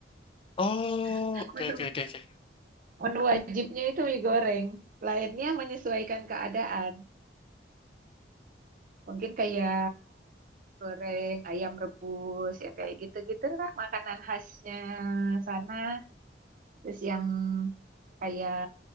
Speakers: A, on the left; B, on the right.
A: Oh,
B: <laughs>
A: oke
B: Menu,
A: oke oke oke.
B: menu wajibnya itu mie goreng. Lainnya menyesuaikan keadaan. Mungkin kayak goreng, ayam rebus, ya kayak gitu-gitu lah makanan khasnya sana. Terus yang kayak